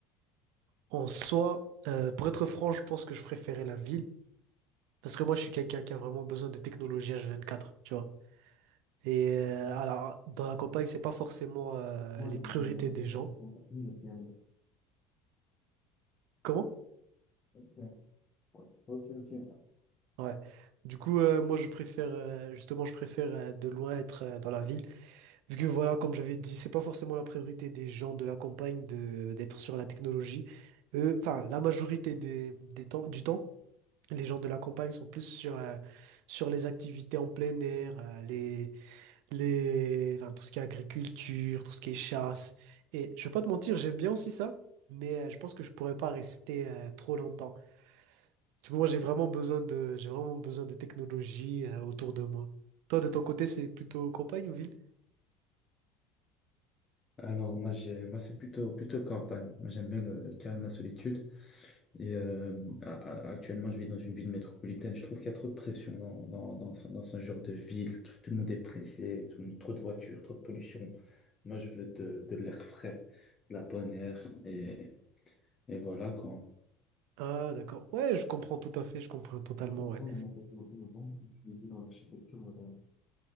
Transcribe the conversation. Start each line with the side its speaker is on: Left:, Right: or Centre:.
Right: En soi, euh, pour être franc, je pense que je préférais la ville parce que moi je suis quelqu'un qui a vraiment besoin de technologie H24, tu vois. Et euh, alors dans la campagne, c'est pas forcément euh,
Left: Moi,
Right: les
Left: le
Right: priorités
Left: design d'intérieur
Right: des gens.
Left: influence aussi le bien
Right: Comment?
Left: Ok, ouais. Ok, ok.
Right: Ouais. Du coup, euh, moi je préfère euh, justement je préfère euh, de loin être euh, dans la ville vu que voilà comme j'avais dit, c'est pas forcément la priorité des gens de la campagne de d'être sur la technologie. Euh, Enfin, la majorité des, des temps, du temps. Les gens de la campagne sont plus sur, euh, sur les activités en plein air, euh, les, les, enfin, tout ce qui est agriculture, tout ce qui est chasse. Et je vais pas te mentir, j'aime bien aussi ça, mais euh, je pense que je pourrais pas rester euh, trop longtemps. Du coup, moi, j'ai vraiment besoin de, j'ai vraiment besoin de technologie euh, autour de moi. Toi, de ton côté, c'est plutôt campagne ou ville?
Left: Alors moi j'ai moi c'est plutôt plutôt campagne. Moi j'aime bien le, le calme, la solitude. Et euh, a- a- actuellement je vis dans une ville métropolitaine. Je trouve qu'il y a trop de pression dans dans dans, ce dans ce genre de ville. Tout, tout le monde est pressé, tout le monde- trop de voitures, trop de pollution. Moi je veux de de l'air frais, de la bonne air. Et Et voilà quoi.
Right: Ah, d'accord. Ouais, je comprends tout à fait, je comprends totalement,
Left: Quels
Right: ouais.
Left: sont les matériaux innovants utilisés dans l'architecture moderne?